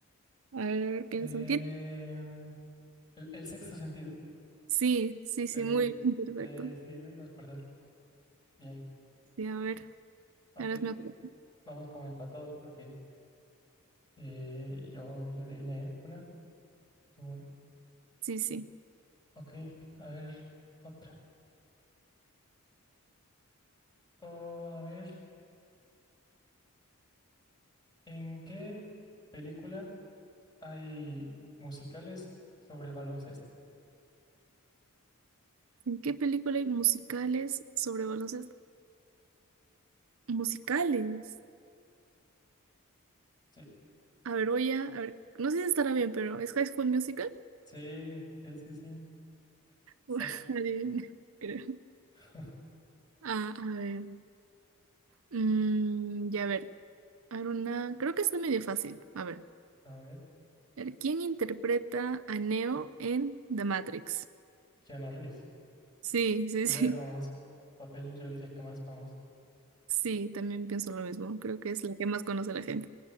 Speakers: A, on the right; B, on the left.
A: A ver, a ver, piensa.
B: Eh,
A: ¿Tien-
B: el, el sexto sentido.
A: Sí, sí,
B: Sí,
A: sí, muy bien, perfecto.
B: sí, sí, me iba a acordar. Bien,
A: Sí, a ver,
B: ok.
A: ahora es mi otro.
B: Vamos como empatados porque eh, yo, yo adiviné una y tú una.
A: Sí, sí.
B: Ok, a ver, otra. Oh, a ver, ¿en qué película hay musicales sobre baloncesto?
A: ¿En qué película hay musicales sobre baloncesto? Musicales.
B: Sí.
A: A ver, voy a, a ver, no sé si estará bien, pero ¿es High School Musical?
B: Sí, sí, sí, sí. Exacto.
A: <laughs> Adivina, creo.
B: <laughs>
A: Ah, a ver. Mm, ya, a ver. A ver, una. Creo que está medio fácil. A ver.
B: A ver,
A: A ver, ¿quién interpreta a Neo en The Matrix?
B: Keanu Reeves.
A: Sí, sí,
B: Re
A: sí.
B: famoso.
A: <laughs>
B: Su papel yo diría que más famoso.
A: Sí, también pienso lo mismo. Creo que es la que más conoce la gente.